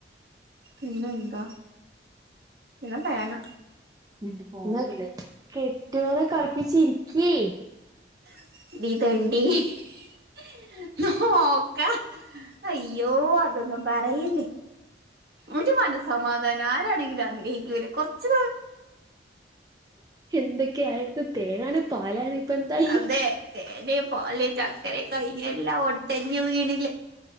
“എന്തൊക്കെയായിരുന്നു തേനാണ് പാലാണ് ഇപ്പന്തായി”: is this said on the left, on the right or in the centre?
Right